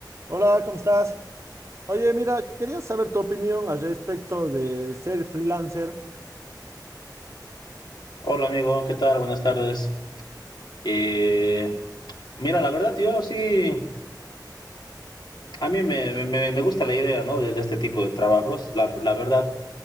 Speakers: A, on the right; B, on the left.
A: Hola, ¿cómo estás? Oye, mira, quería saber tu opinión al respecto de ser freelancer.
B: Hola amigo, ¿qué tal? Buenas tardes. Eh, mira, la verdad yo sí, a mí me, me- me me gusta la idea, ¿no? de, de este tipo de trabajos. La, la verdad,